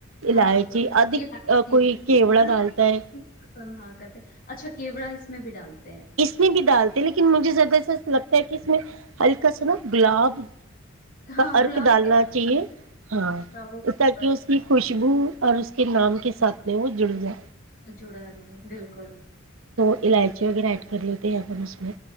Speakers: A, on the left; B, on the right.
A: ہاں
B: الائچی ادک
A: الائچی
B: کوئی کیوڑا
A: زیادہ لوگ
B: ڈالتا ہے
A: الائچی پسند ہاں کرتے ہیں، اچھا کیوڑا اس میں بھی ڈالوں
B: اس نے بھی ڈالتے لیکن لن مجھے زیادہ سا لگتا ہے کہ اس میں ہلکا سا نا گلاب
A: ہاں
B: کا ارک
A: گلاب
B: ڈالنا
A: کے
B: چاہیے ہاں
A: کا وہ فلیور
B: تاک اس کی خوشبو اور اس کے نام کے ساتھ میں وہ جڑ گیا
A: جڑا رہے بالکل
B: تو علاائچ وغیر کر لیتے ہیں اس میں